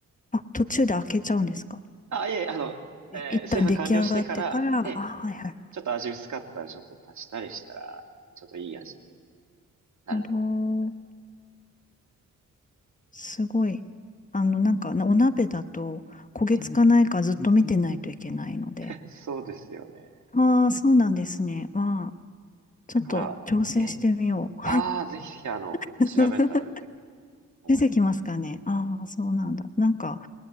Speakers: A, on the left (about 25°); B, on the right (about 65°).
A: あ、途中で開けちゃうんですか
B: あ、いえいえ、あの、えー炊飯完了してから、
A: え、一旦出来上がってから、
B: ええ、
A: あ、はいはい。
B: ちょっと味薄かったらちょっと足したりしたら、ちょっといい味になると思うの
A: なるほど。すごい。あの、なんか、お鍋だと焦げつかないかずっと見てないといけないので。
B: で。え、<laughs> そうですよね。
A: ああ、そうなんですね。まあ、ちょっと挑戦してみよう。
B: だから、ええ、ああ、ぜひぜひあの、
A: <laughs>
B: 調べたら出てくると思います。
A: 出てきますかね。ああ、そうなんだ。なんか、